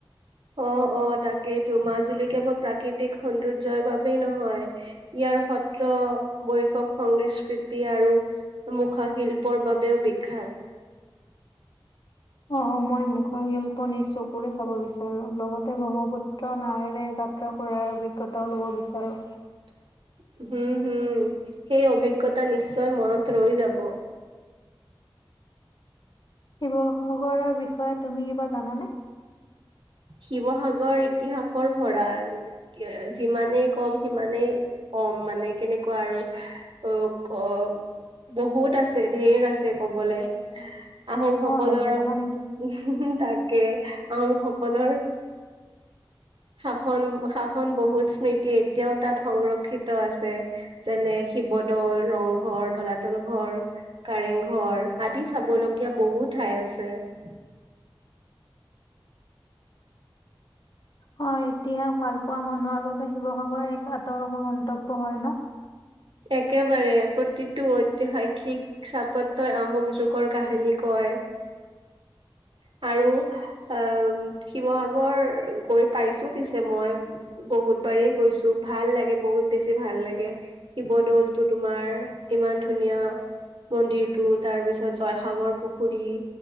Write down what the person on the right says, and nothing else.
অ অ তাকেইতো মাজুলী কেৱল প্ৰাকৃতিক সৌন্দৰ্যৰ বাবেই নহয় ইয়াৰ সত্ৰ বৈশৱ সংগৃষ্ট আৰু মুখা শিল্পৰ বাবেও বিখ্যাত
<unintelligible> হম হম সেই অভিজ্ঞতা নিশ্চয় মনত ৰৈ যাব।
শিৱসাগৰ ইতিহাসৰ ভঁৰাল যিমানেই কম সিমানেই কম মানে কেনেকুৱা আৰু অ ক বহুত আছে ধেৰ আছে কবলে আহোম সকলৰ
উ তাকে আহোমসকলৰ শাসন শাসন বহুত স্মৃতি এতিয়াও তাত সংৰক্ষিত আছে যেনে। শিৱদৌল ৰংঘৰ তলাতল ঘৰ কাৰেংঘৰ আদি চাবলগীয়া বহু ঠাই আছে। <unintelligible>
একেবাৰে প্ৰতিটো ঐতিহাসিক চাপতই আহোম যুগৰ কাহিনী কয় <unintelligible> আৰু অ শিৱসাগৰ গৈ পাইছো পিছে মই বহুত একবাৰেই গৈছো ভাল লাগে বহুত বেছি ভাল লাগে শিৱদৌলটো তোমাৰ ইমান ধুনীয়া। মন্দিৰটো তাৰ পিছত জয়সাগৰ পুখুৰী